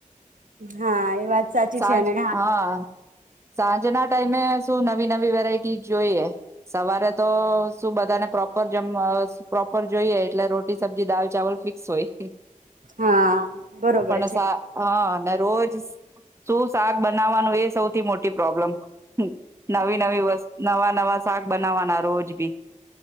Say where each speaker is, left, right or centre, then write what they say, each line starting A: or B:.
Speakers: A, on the right; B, on the right.
A: હા એ વાત સાચી
B: સાજ
A: છે ને
B: હા સાંજના ટાઈમે શું નવી નવી વેરાયટી જોઈએ સવારે તો શું બધાને પ્રોપર જમ પ્રોપર જોઈએ એટલે રોટી સબ્જી દાલ ચાવલ ફિક્સ હોય
A: હા બરોબર
B: પણ
A: છે
B: સા હા રોજ જ શું શાક બનાવવાનું એ સૌથી મોટી પ્રોબ્લમ હ નવી નવી વસ્ત નવા નવા શાક બનાવાના રોજ બી